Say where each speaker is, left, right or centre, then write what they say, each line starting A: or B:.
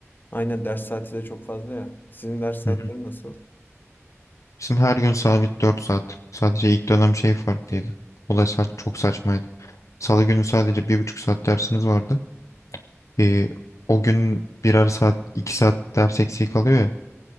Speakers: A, on the left; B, on the left.
A: Aynen ders saati de çok fazla ya. Sizin ders saatleri
B: Hı hı.
A: nasıl?
B: Bizim her gün sabit 4 saat. Sadece ilk dönem şey farklıydı. O da sa- çok saçmaydı. Salı günü sadece bir buçuk saat dersimiz vardı. Ee, o gün birer saat, 2 saat ders eksiği kalıyor ya.